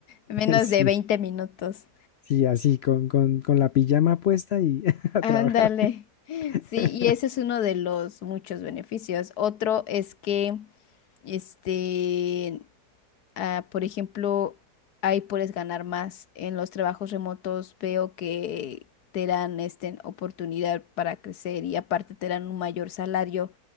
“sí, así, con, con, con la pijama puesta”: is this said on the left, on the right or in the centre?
Left